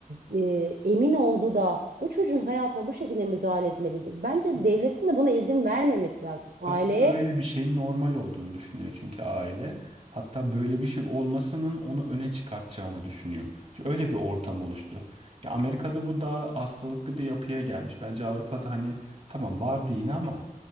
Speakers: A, on the right; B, on the right.
A: e, emin oldu da bu çocuğun hayatına bu şekilde müdahale edilebilir. Bence
B: <laughs>
A: devletin de buna izin vermemesi lazım. Aileye
B: Aslında öyle bir şeyin normal olduğunu düşünüyor çünkü aile. Hatta böyle bir şey olmasının onu öne çıkartacağını düşünüyor. Çünkü öyle bir ortam oluştu. Ya Amerika'da bu daha hastalıklı bir yapıya gelmiş. Bence Avrupa'da hani tamam vardı yine ama